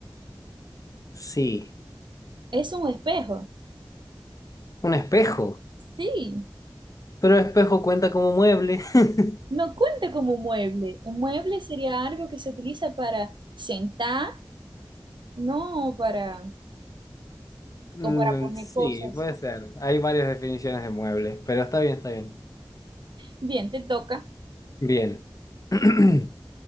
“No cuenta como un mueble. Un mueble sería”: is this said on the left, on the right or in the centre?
Right